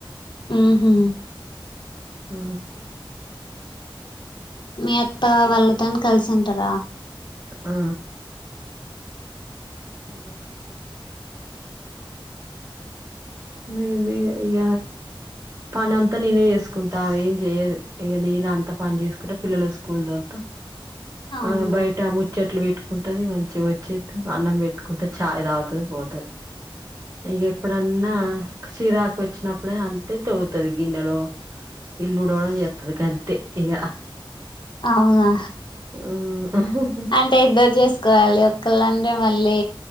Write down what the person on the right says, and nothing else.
ఆ
ఆ ఉ. మేమే ఇగ పని అంతా నేనే చేసుకుంటా ఏం చేయదు ఇ నేనే అంత పని చేసుకుంటా పిల్లలు స్కూల్ దొలుత
ఆ బయట ముచ్చట్లు పెట్టు ఉంటది మంచిగా వచ్చే అన్నం పెట్టుకుంటే చాయ్ తాగుతుంది పోతుంది ఇక ఎప్పుడన్న చిరాకు వచ్చినప్పుడే తింటుంది గిన్నెలో. ఇల్లుఊడవడం చేతుందీ ఎక్కడి కంటే ఇక
ఉ